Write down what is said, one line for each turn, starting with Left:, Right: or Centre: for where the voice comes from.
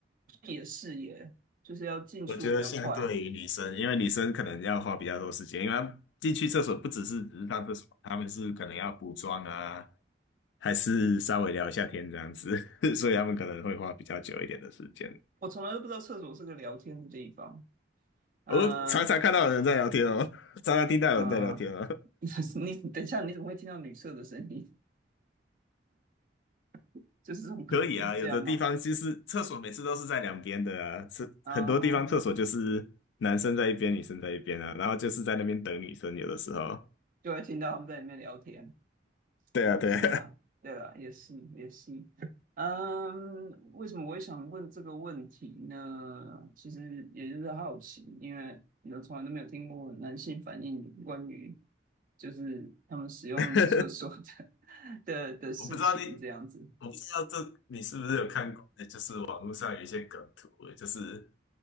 Right: 也是耶，就是要进出比较快。
Left: <laughs> 我觉得相对于女生，因为女生可能要花比较多时间，因为她进去厕所不只是只是上厕所，他们是可能要补妆啊，还是稍微聊一下天这样子，<laughs> 所以他们可能会花比较久一点的时间。
Right: 我从来都不知道厕所是个聊天的地方。嗯、
Left: 我常常看到有人在聊天哦，常常听到有人在聊天哦。
Right: 嗯、
Left: <laughs>
Right: <laughs> 你等一下，你怎么会听到女厕的声音？<laughs> 就是从隔壁这样吗？
Left: 可以啊，有的地方其是厕所每次都是在两边的啊，是很多地方厕所就是男生在一边，
Right: 啊，
Left: 女生在一边啊，然后就是在那边等女生，有的时候。
Right: 就会听到他们在里面聊天。
Left: 对啊，
Right: 也是啦，
Left: 对啊，
Right: 对啦，也是也是，嗯，为什么我会想问这个问题呢？其实也就是好奇，因为你都从来都没有听过男性反映关于就是他们使用厕所的
Left: <laughs>
Right: <laughs> 的的事情这样子，
Left: 我不知道你，我不知道这你是不是有看过，就是网络上有一些梗图，就是